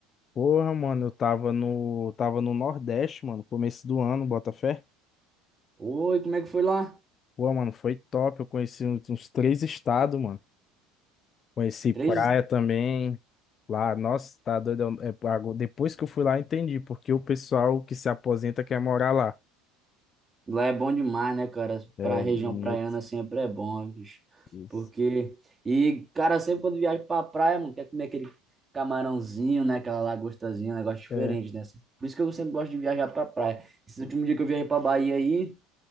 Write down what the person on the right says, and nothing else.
Oi, como é que foi lá?
Três,
Lá é bom demais, né, cara?
Pra região
praiana sempre é bom, bicho.
Porque. E, cara, sempre quando viaja pra praia, mano, quer comer aquele camarãozinho, né? Aquela lagostazinha, um negócio diferente,
né? Assim, Por isso que eu sempre gosto de viajar pra praia. Esse último dia que eu viajei pra Bahia aí,